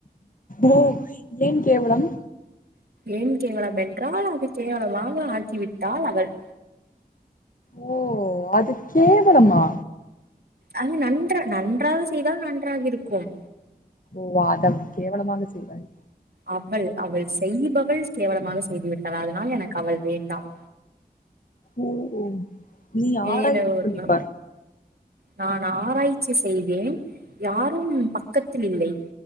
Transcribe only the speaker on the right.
ஏன் கேவலம் என்றால் அது கேவலமாக ஆக்கிவிட்டால் அவள்
அது நன்றா நன்றாக செய்தால் நன்றாக இருக்கும்
அவள் அவள் செய்பவள் கேவலமாக செய்துவிட்டாள் அதனால் எனக்கு அவள் வேண்டாம்
வேற
ஒன்னு
நான் ஆராய்ச்சி செய்தேன் யாரும் பக்கத்தில் இல்லை